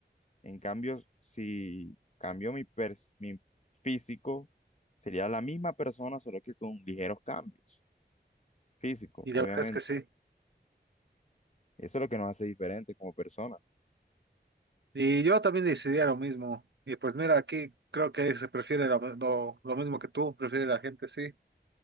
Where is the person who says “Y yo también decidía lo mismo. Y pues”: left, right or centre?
Right